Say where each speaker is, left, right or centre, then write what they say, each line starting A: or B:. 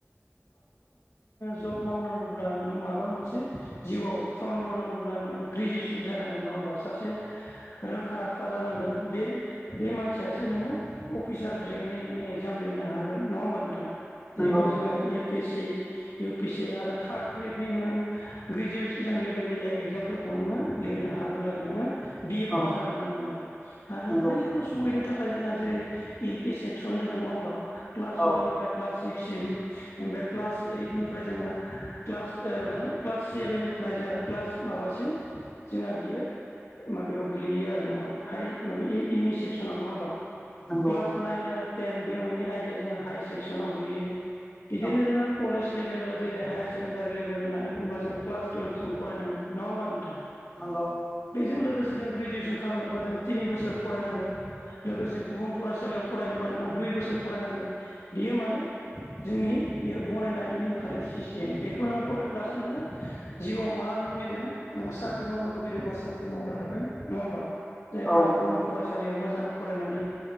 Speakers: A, on the left; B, on the left.
A: जब मावनांगौब्ला नों माबा मोनसे जिउआव खामानि मावनांगौब्ला नोङो ग्रेजुवेसन जानांगोन नङा होमबा? सासे रोंखा राखा जानांगोन बे बे मानसियासो नोङो अफिसार रेंकनि नोङो एगजाम लिरनो हागोन। नङा होमबा नोंथां?
B: नंगौ
A: जेखौ जोङो A P C U P C आरो थार्ड ग्रेडनि नोङो ग्रेजुवेसन लेभेलनि एगजामफोरखौ नोङो लिरनो हागोन आरोना। बि ए पास
B: औ
A: जाग्रोनांगोन आरो। आरो नों
B: नंगौ
A: बैखौ सहैनो थाखाय थाखाय जोंहा जेरै एल पि सेक्सन दङ नङा होमबा? क्लास
B: औ
A: अवाननिफ्राय क्लास सिक्ससिम ओमफ्राय क्लास ओइटनिफ्राय जोङो क्लास ओ माने क्लास सेभेननिफ्राय जोंहा क्लास माबासिम जोंहा बियो माबायाव गोलैयो आरो नङा हाइ माब इमि सेक्सनाव नङामबा?
B: नंगौ
A: क्लास नाइन आरो टेन बे मोननै आयडाया जोंहा हाय सेक्सनाव गोग्लैयो। बिदिनो
B: औ
A: जोङो कलेज लेभेल जेरै हायार सेकेण्डारि लेभेल होननानै होनब्ला जोङ क्लास थुयल्भ फरायनांगोन नङा होमबा नोंथां?
B: <inaudible>
A: बेजों लोगोसे जों ग्रेजुवेसन खालामनोबा जोङो थिनि बोसोर फरायनांगोन। लोगोसे बुहुम फरायसालियाव फरायनोबा नोङो दुइ बोसोर फरायनांगोन। बियो माने जोंनि बियो बनायनानैनो होखानाय सिस्टेम। बेखौ नों फरायब्लासो नोङो जिउआव मा लुबैदों नोङो साख्रि मावनो लुुबैदोंबा साख्रि मावनो हागोन। नङा होमबा? जायफोरा
B: औ नंगौ
A: बुहुम फरायसालियाव मोजां फरायनानै